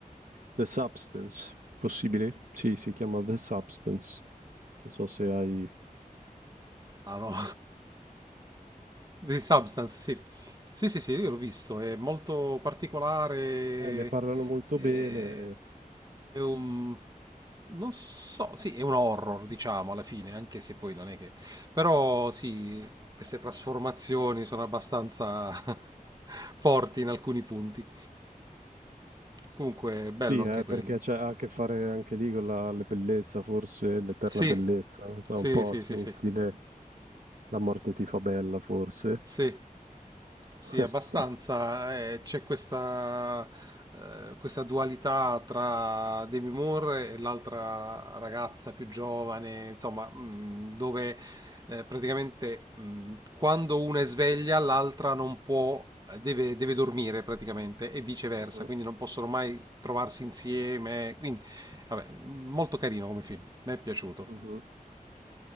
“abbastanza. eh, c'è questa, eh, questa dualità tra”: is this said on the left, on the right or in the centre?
Right